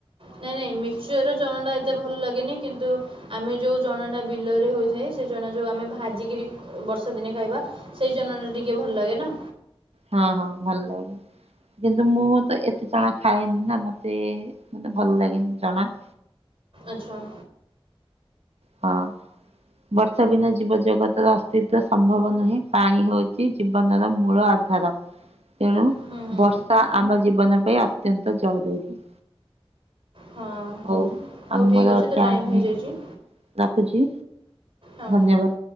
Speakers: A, on the right (about 65°); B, on the right (about 85°).
A: ନାଇଁ ନାଇଁ ମିକ୍ସଚରର ଚଣାଟା ଏତେ ଭଲ ଲାଗେନି କିନ୍ତୁ। ଆମେ ଯଉ ଚଣାଟା ବିଲରେ ହୋଇଥାଏ ସେ ଚଣା ଯଉ ଆମେ ଭାଜିକିରି ଅ ବର୍ଷା ଦିନେ ଖାଇବା। ସେଇ ଚନା ଟା ଟିକେ ଭଲ ଲାଗେ ନା।
B: ହଁ ହଁ ଭଲ ଲାଗେ। କିନ୍ତୁ ମୁଁ ତ ଏତେ ଚଣା ଖାଏନି ନା ମତେ ମତେ ଭଲ ଲାଗେନି ଚଣା। ହ
A: ଆଚ୍ଛା।
B: ହଁ। ବର୍ଷା ବିନା ଜୀବ ଜଗତର ଅସ୍ତିତ୍ଵ ସମ୍ଭବ ନୁହେଁ ପାଣି ହଉଛି ଜୀବନର ମୂଳ ଆ ଧାର ତେଣୁ।
A: ହୁଁ ହୁଁ।
B: ବର୍ଷା ଆମ ଜୀବନ ପାଇଁ ଅତ୍ୟନ୍ତ ଜରୁରୀ।
A: ହଁ
B: ହଉ
A: ହଉ
B: ଆମର
A: ଠିକ୍ ଅଛି ତ
B: ଟାଇମ୍
A: ହେଇଯାଇଛି
B: ହେଇଯାଇ ରଖୁଛି
A: ହଁ
B: ଧନ୍ୟବା